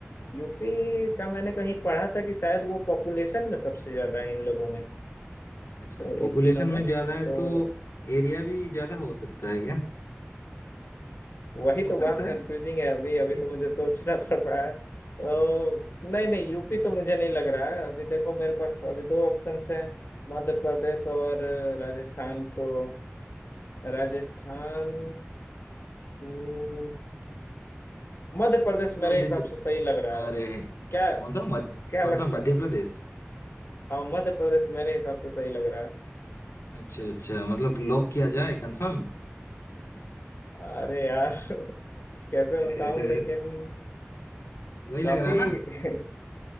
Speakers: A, on the left; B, on the left.
A: यूपी का मैंने कहीं पढ़ा था कि शायद वो पॉपुलेशन में सबसे ज्यादा है इन लोगों में
B: अच्छा
A: तो
B: पॉपुलेशन
A: इन तीनों में
B: में ज्यादा
A: तो
B: है तो एरिया भी ज्यादा हो सकता है क्या
A: वही
B: हो
A: तो
B: सकता
A: बात कंफ्यूजिंग है अभी अभी
B: है
A: तो मुझे सोचना पड़ रहा है तो नहीं नहीं यूपी तो मुझे नहीं लग रहा है अभी देखो मेरे पास अभी दो ऑप्शन हैं मध्य प्रदेश और अ, राजस्थान तो राजस्थान हम्म, मध्य प्रदेश मेरे
B: जल्दी
A: हिसाब
B: ज-
A: से सही लग रहा है
B: आ रहे हैं
A: क्या
B: कौन सा मध
A: क्या
B: कौन
A: लगता
B: सा मध्य
A: है
B: प्रदेश
A: हाँ मध्य प्रदेश मेरे हिसाब से सही लग रहा है
B: अच्छा अच्छा मतलब लॉक किया जाए कंफर्म
A: अरे यार <laughs> कैसे
B: <laughs>
A: बताऊं लेकिन
B: वही लग
A: काफी
B: रहा है
A: <laughs>
B: ना